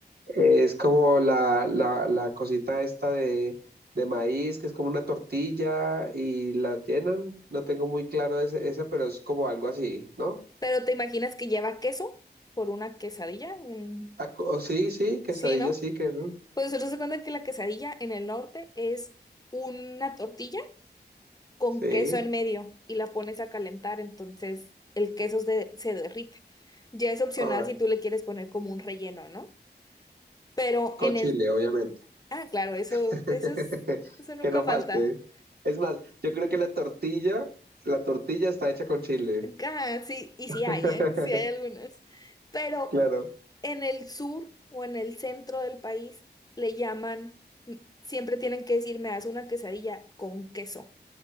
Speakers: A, on the right (about 65°); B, on the left (about 20°).
A: Es como la, la, la cosita esta de, de maíz, que es como una tortilla y la llenan. No tengo muy claro ese, ese, pero es como algo así, ¿no?
B: Pero te imaginas que lleva queso por una quesadilla, un-
A: Ah, co- sí, sí, quesadilla,
B: Sí, ¿no?
A: sí, queso.
B: Pues nosotros se cuenta que la quesadilla en el norte es una tortilla con
A: Sí.
B: queso en medio y la pones a calentar, entonces el queso se, se derrite. Ya es opcional
A: Ah,
B: si tú le quieres poner como un relleno, ¿no? Pero
A: con
B: en
A: chile,
B: el...
A: obviamente.
B: Ah, claro, eso,
A: <laughs>
B: eso es, eso nunca
A: Que no
B: falta.
A: falte. Es más, yo creo que la tortilla, la tortilla está hecha con chile.
B: Ah, sí, y
A: <laughs>
B: sí hay, ¿eh? Sí hay algunas. Pero
A: Claro.
B: en el sur o en el centro del país le llaman, m- siempre tienen que decir, me das una quesadilla con queso.